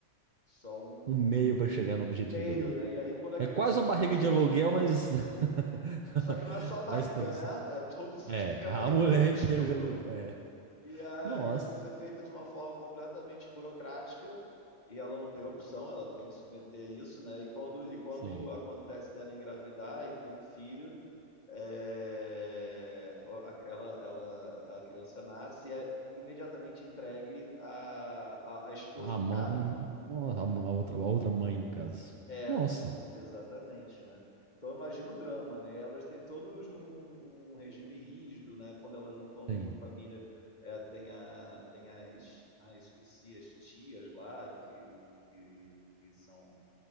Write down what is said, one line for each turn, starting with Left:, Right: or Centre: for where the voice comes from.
Left: só um,
Right: Um meio pra chegar no objetivo
Left: um meio,
Right: ali.
Left: né? E aí quando a
Right: É
Left: criança.
Right: quase uma barriga de aluguel, mas. <laughs>
Left: Só que não é só a barriga,
Right: mas tá
Left: né? É todo o <laughs> sistema
Right: É, a
Left: reprodutivo.
Right: mulher inteira de aluguel, é.
Left: E aí
Right: Nossa,
Left: a coisa é feita de uma forma completamente burocrática e ela não tem opção, ela tem que submeter isso, né? E quando, e quando
Right: sim.
Left: acontece dela engravidar e ter um filho, é, a- ela, ela, a criança nasce e é imediatamente entregue à, à, à esposa
Right: A
Left: do
Right: mãe.
Left: cara.
Right: Nossa, a ma- a outra, a outra mãe, no caso.
Left: É,
Right: Nossa,
Left: exa- exatamente, né. Então imagina o drama, né, elas têm todos um um regime rígido, né, quando elas não estão
Right: sim.
Left: em uma família, eh, tem a tem as ah esqueci, as tias lá que que que são